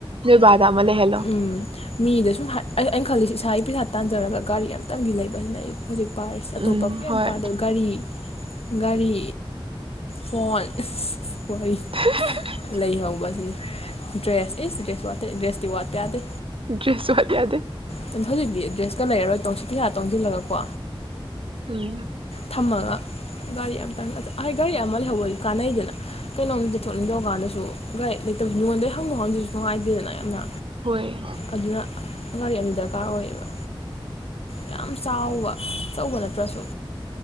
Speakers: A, on the right; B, on the left.
A: ꯅꯣꯏꯕꯥꯗ ꯑꯃ ꯂꯩꯍꯜꯂꯣ
B: ꯎꯝ ꯃꯤꯗ ꯁꯨꯝ ꯑꯩꯅ ꯈꯜꯂꯤꯁꯤꯦ ꯏꯁꯥꯒꯤ ꯄꯩꯁꯥ ꯇꯥꯟꯖꯔꯒ ꯒꯥꯔꯤ ꯑꯇꯪꯗꯤ ꯂꯩꯕꯕꯁꯤꯅ ꯑꯩ ꯍꯧꯖꯤꯛ ꯄꯥꯔꯤꯁꯦ
A: ꯎꯝ
B: ꯑꯇꯣꯞꯄ ꯀꯌꯥꯝ
A: ꯍꯣꯏ
B: ꯄꯥꯗ ꯒꯥꯔꯤ ꯒꯥꯔꯤ ꯐꯣꯟ ꯋꯥꯔꯤ
A: ꯍꯦꯍꯦꯍꯦ
B: ꯂꯩꯍꯧꯕꯁꯤ ꯗ꯭ꯔꯦꯁ ꯑꯦꯁ ꯗ꯭ꯔꯦꯁ ꯋꯥꯠꯠꯇꯦ ꯗ꯭ꯔꯦꯁꯇꯤ ꯋꯥꯠꯄ ꯀ ꯌꯥꯗꯦ
A: ꯗ꯭ꯔꯦꯁꯨꯋꯥꯗꯤꯗꯦ
B: ꯁ ꯍꯧꯖꯤꯛꯇꯤ ꯗ꯭ꯔꯦꯁꯀ ꯂꯩꯔꯔꯣꯏ ꯇꯣꯡꯁꯤ ꯄꯩꯁꯥ ꯇꯣꯡꯖꯤꯜꯂꯒꯀꯣ
A: ꯎꯝ
B: ꯊꯝꯃꯒ ꯒꯥꯔꯤ ꯑꯝꯇꯪ ꯑꯩꯍ ꯒꯥꯔꯤ ꯑꯃ ꯂꯩꯍꯧꯕꯗꯤ ꯀꯥꯟꯅꯩꯗꯅ ꯀꯩꯅꯣꯝꯗ ꯊꯣꯛꯅꯤꯡꯗꯧ ꯀꯥꯟꯗꯁꯨ ꯁꯨ ꯒ ꯂꯩꯇꯕꯁꯨ ꯃꯤꯉꯣꯟꯗꯩ ꯍꯪꯉꯨ ꯍꯪꯗꯁꯨ ꯅꯨꯡꯉꯥꯏꯗꯦꯗꯅ ꯌꯥꯝꯅ
A: ꯍꯣꯏ
B: ꯑꯗꯨꯅ ꯒꯥꯔꯤ ꯑꯗꯨ ꯗꯔꯀꯥꯔ ꯑꯣꯏꯌꯦꯕ ꯌꯥꯝ ꯆꯥꯎꯕ ꯑꯆꯧꯕ ꯅꯠꯇ꯭ꯔꯁꯨ